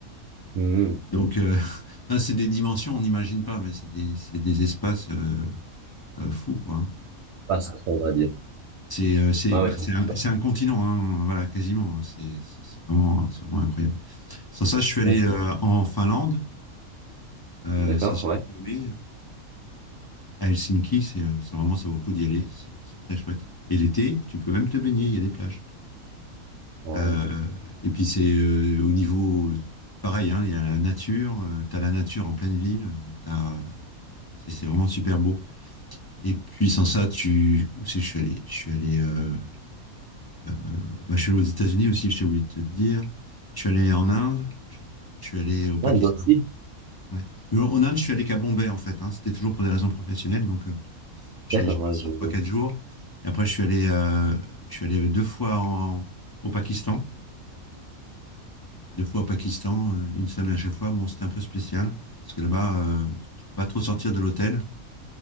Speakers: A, on the right (about 70°); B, on the left (about 35°).
A: Mhm.
B: Donc, euh, <laughs> non, c'est des dimensions, on n'imagine pas, mais c'est des, c'est des espaces euh, euh, fous, quoi. hein.
A: Pas ça, on va dire.
B: C'est euh, c'est
A: Ouais,
B: bah,
A: ouais, c'est-
B: c'est un, c'est un continent, hein, voilà, quasiment. C'est c'est- c'est vraiment, c'est vraiment incroyable. Sans ça, je suis allé
A: ouais, c'est-
B: euh, en Finlande, euh,
A: D'accord,
B: ça se
A: ouais.
B: fait aimer. à Helsinki, c'est euh, c'est vraiment, ça vaut le coup d'y aller, c'est c'est très chouette. Et l'été, tu peux même te baigner, il y a des plages.
A: Ah,
B: Euh, et puis, c'est euh, au niveau, pareil, hein, il y a la nature, tu as la nature en pleine ville, euh, t'as- c'est c'est vraiment super beau. Et puis sans ça, tu où c'est que je suis allé, je suis allé, euh, euh, bah, je suis allé aux États-Unis aussi. Je t'ai oublié de te dire. Je suis allé en Inde. Je, je suis allé au Pakistan.
A: ah, l'Inde aussi.
B: ouais. Mais En Inde, je suis allé qu'à Bombay en fait. hein. C'était toujours pour des raisons professionnelles. Donc euh, j'ai
A: D'accord,
B: j'ai
A: ouais,
B: passé
A: je, vois.
B: trois quatre jours. Et après, je suis allé, euh, je suis allé deux fois en- au Pakistan. Deux fois au Pakistan, euh, une semaine à chaque fois. Bon, c'était un peu spécial parce que là-bas, euh, tu, tu peux pas trop sortir de l'hôtel.